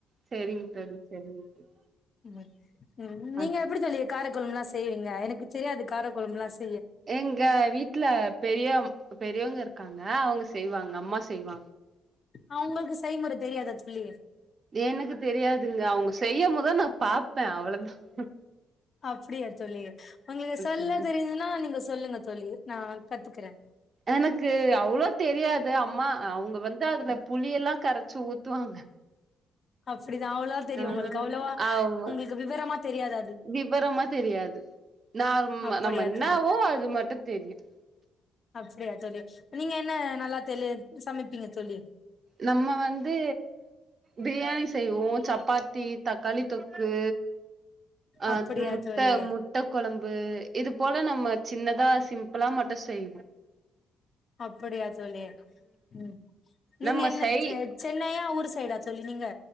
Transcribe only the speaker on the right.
செரிங்க தோழி செரிங்க தோழி
அ
எங்க வீட்ல பெரியாம் பெரியவங்க இருக்காங்க அவங்க செய்வாங்க அம்மா செய்வாங்க
எனக்கு தெரியாதுங்க அவங்க செய்யம்போதா நான் பாப்பே அவ்ளோதான் <inaudible>
தோழி
எனக்கு அவ்ளோ தெரியாது அம்மா அவங்க வந்து அதுல புளியலாம் கரச்சி ஊத்துவாங்க
ஆ
ஆமா
விபரமா தெரியாது நார்
நம்ம என்னாவோ
அது மட்டும் தெரியும்
நம்ம வந்து பிரியாணி செய்வோ சப்பாத்தி தக்காளி தொக்கு அ
முட்ட
முட்ட கொழம்பு இது போல நம்ம சின்னதா சிம்பிளா மட்டும் செய்வோ
நம்ம
செய்